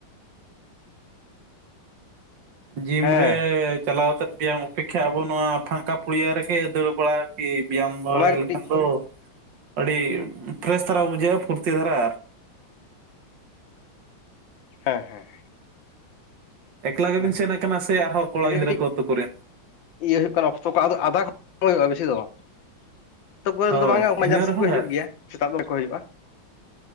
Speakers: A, on the right; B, on the left.
A: ᱡᱤᱢ
B: ᱦᱮᱸ
A: ᱨᱮᱻᱪᱟᱞᱟᱣ ᱠᱟᱛᱮ ᱵᱮᱭᱟᱢ ᱚᱯᱮᱠᱠᱷᱟ ᱟᱵᱚ ᱱᱚᱣᱟ ᱯᱷᱟᱸᱠᱟ ᱯᱲᱤᱭᱟ ᱨᱮᱜᱮ ᱫᱟᱹᱲ ᱵᱟᱲᱟ ᱤ ᱵᱮᱭᱟᱢ ᱵᱟᱲᱟ
B: ᱚᱱᱟ ᱜᱮ
A: ᱞᱮᱠᱷᱟᱱ
B: ᱠᱟᱹᱴᱤᱡ
A: ᱫᱚ ᱟᱹᱰᱤ ᱯᱷᱨᱮᱥ ᱫᱷᱟᱨᱟ ᱵᱩᱡᱷᱟᱹᱜᱼᱟ ᱯᱷᱩᱨᱛᱤ ᱫᱷᱟᱨᱟ
B: ᱦᱮᱸ ᱦᱮᱸ
A: ᱮᱠᱞᱟ ᱜᱮᱵᱤᱱ
B: ᱚᱱᱟ
A: ᱥᱮᱱ ᱟᱠᱟᱱᱟ ᱥᱮ ᱟᱨᱦᱚᱸ
B: ᱠᱷᱟᱹᱛᱤᱨ
A: ᱠᱚᱲᱟ
B: ᱜᱮ
A: ᱜᱤᱫᱽᱨᱟᱹ
B: ᱠᱟᱹᱴᱤᱡ
A: ᱠᱚ ᱟᱹᱛᱩ ᱠᱚᱨᱮᱱ
B: ᱤᱭᱟᱹ ᱦᱩᱭᱩᱜ ᱠᱟᱱᱟ ᱚᱠᱛᱚ ᱠᱚ ᱟᱫᱚ ᱟᱫᱷᱟ ᱦᱩᱭᱩᱜᱼᱟ ᱵᱮᱥᱤ ᱫᱚ ᱵᱟᱝ ᱟᱹᱛᱩ ᱠᱚᱨᱮᱱ
A: ᱦᱳᱭ
B: ᱫᱚ ᱵᱟᱝᱼᱟ ᱢᱟᱡᱟᱱ
A: ᱤᱱᱟᱹ
B: ᱥᱮᱫ
A: ᱨᱮᱦᱚᱸ
B: ᱠᱚ ᱦᱤᱡᱩᱜ
A: ᱰᱷᱮᱨ
B: ᱜᱮᱭᱟ ᱥᱮᱛᱟᱜ ᱫᱚ ᱠᱚ ᱦᱩᱭᱩᱜᱼᱟ